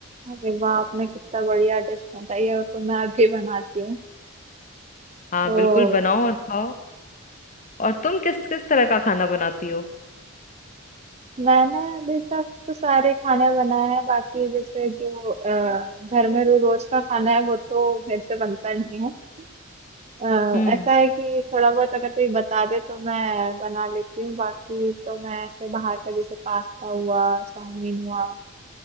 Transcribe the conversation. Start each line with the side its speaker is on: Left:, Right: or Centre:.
Right: अरे वाह आपने कितना बढ़िया डिश बताई है वो तो मैं अभी बनाती हूँ
Left: हाँ
Right: तो
Left: बिल्कुल बनाओ और खाओ और तुम किस किस तरह का खाना बनाती हो
Right: मैंने अभी तक तो सारे खाने बनाए हैं बाकी जैसे जो अ, घर में रो रोज का खाना है वो तो मेरे से बनता नहीं है अ,
Left: हम्म
Right: ऐसा है कि थोड़ा बहुत अगर कोई बता दे तो मैं बना लेती हूँ बाकी तो मैं ऐसे बाहर का जैसे पास्ता हुआ चाउमीन हुआ